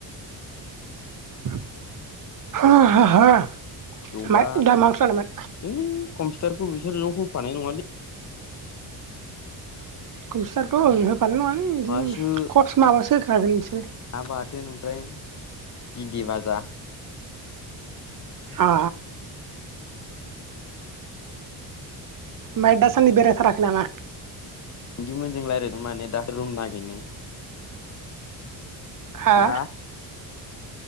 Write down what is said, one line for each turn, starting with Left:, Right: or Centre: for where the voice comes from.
Right: <inaudible>
Left: जबा
Right: दा मा ओंख्रि जानायमोन
Left: ओ कम्पिउटारखौ बिसोर ज' होफानाय नङालै
Right: कमपिटारखौ होफानाय नङाल बिदिनो
Left: माबासो
Right: कर्च माबासो होखागोन बिसोरो
Left: ना ओमफ्राय बिन्दि बाजा
Right: अ माइ दासान्दि बेरायथाराखै नामा?
Left: बिदिमोनजों रायज्लायनो माने दा रुम नागिरनो
Right: हा
Left: जों